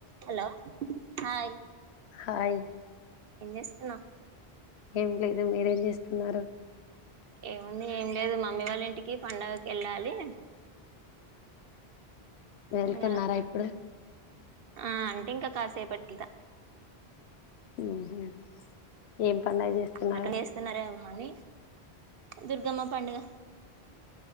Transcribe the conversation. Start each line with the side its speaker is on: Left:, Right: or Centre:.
Right: hello hi
Left: hi
Right: ఏం చేస్తున్నావ్
Left: ఏం లేదు మీరేం చేస్తున్నారు
Right: ఏముంది ఏం లేదు మమ్మీ వాళ్ళ ఇంటికి పండుగకి వెళ్ళాలి
Left: వెళ్తున్నారా
Right: ఇంగా
Left: ఇప్పుడు
Right: ఆ అంటే ఇంకా కాసేపటికిద
Left: ఉహు ఏం పండగ చేస్తున్నారు
Right: మక్కా చేస్తున్నారేమో అని దుర్గమ్మ పండుగ